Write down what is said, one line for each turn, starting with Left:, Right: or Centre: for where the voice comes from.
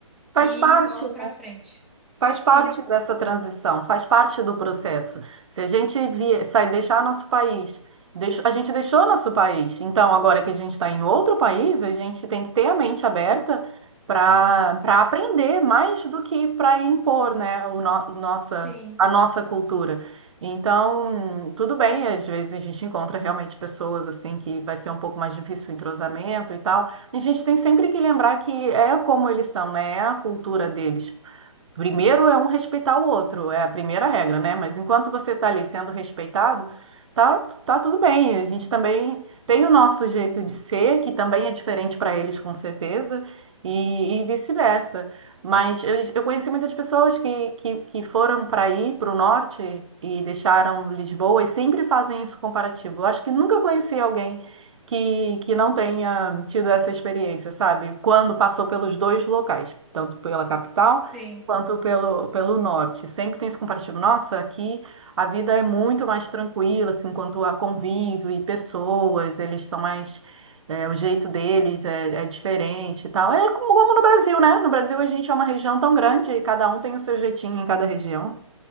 Right: Faz
Centre: E
Right: parte.
Centre: bola pra frente.
Right: Faz
Centre: Sim,
Right: parte dessa transição, faz parte do processo. Se a gente vier, sai deixar nosso país, deixo- a gente deixou nosso país. Então, agora que a gente está em outro país, a gente tem que ter a mente aberta para para aprender mais do que para impor, né, o no- nossa,
Centre: sim,
Right: a nossa cultura. Então, tudo bem, às vezes a gente encontra realmente pessoas assim que vai ser um pouco mais difícil o entrosamento e tal. A gente tem sempre que lembrar que é como eles são, né? É a cultura deles. Primeiro é um respeitar o outro, é a primeira regra, né? Mas enquanto você está ali sendo respeitado, tá, tá tudo bem. A gente também tem o nosso jeito de ser, que também é diferente para eles, com certeza, e, e vice-versa. Mas eu, eu conheci muitas pessoas que, que, que foram para aí, para o norte, e deixaram Lisboa, e sempre fazem esse comparativo. Eu acho que nunca conheci alguém que, que não tenha tido essa experiência, sabe? Quando passou pelos dois locais, tanto pela capital
Centre: sim.
Right: quanto pelo, pelo norte. Sempre tem esse comparativo. Nossa, aqui a vida é muito mais tranquila, assim, quanto a convívio e pessoas, eles são mais. é, o jeito deles é, é diferente e tal. É como, como no Brasil, né? No Brasil a gente é uma região tão grande e cada um tem o seu jeitinho em cada região.